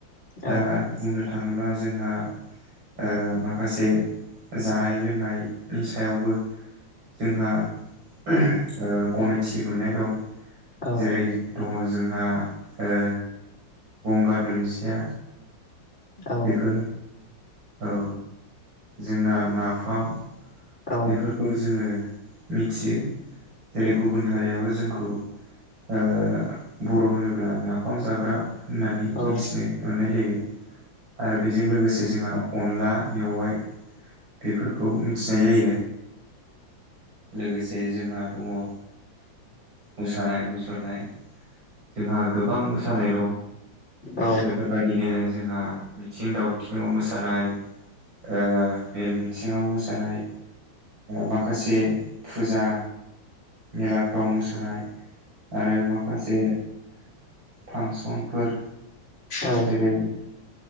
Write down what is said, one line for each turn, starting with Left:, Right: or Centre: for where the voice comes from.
Right: दा
Left: औ
Right: बुंनो थाङोब्ला जोंहा ओ माखासे जानाय लोंनायनि सायावबो जोंहा ओ गनायथि मोननाय दं
Left: औ
Right: जेरै दङ जोंहा ओ गंगार दुन्दिया
Left: औ
Right: बेखौ औ जोंना नाफाम
Left: औ
Right: बेफोरखौ जोङो मिथियो जेरै गुबुन हारियाबो जोंखौ ओ बर' होनोब्ला नाफाम जाग्रा होननानै
Left: औ
Right: मिथिनो मोननाय जायो आरो बेजों लोगोसे जोंहा अनला मेवाइ बेफोरखौ मिथिनाय जायो लोगोसे जोंहा दङ ओ मोसानाय मुसुरनाय जोंहा गोबां मोसानाय दं
Left: औ
Right: बेफोरबायदिनो जोंहा मिथिं दावथिङाव मोसानाय ओ मेल मिथिङाव मोसानाय माखासे फुजा मेलाफ्राव मोसानाय आरो माखासे फांसनफोर
Left: औ
Right: जेरै